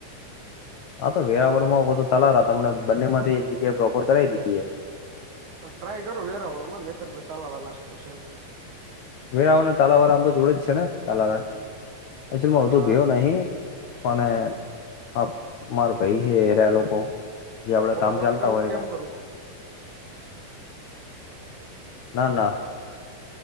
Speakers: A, on the left (about 75°); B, on the right (about 55°).
A: હાતો વેરાવળ માં કોતો તાલારા તમને બંને માંથી એક જગ્યા પ્રોપર કરાઈ દઈએ.
B: ટ્રાય કરૂ વેરાવળ માં નેતર પછી તાલારા લાસ્ટ તો છેજ.
A: વેરાવળ અને તાલાવારા આમ તો જોડે જ છે ને તાલારા
B: હમ
A: એચુઅલ માં
B: આ
A: વધુ ગ્યો નહી પણ
B: હમ
A: એ
B: હમ
A: હ મારે ભાઈ છે લોકો જે આપડે
B: કોલ
A: કામ
B: કટ
A: ચાલતા
B: કરું
A: હોય.
B: કેમ કરું
A: ના ના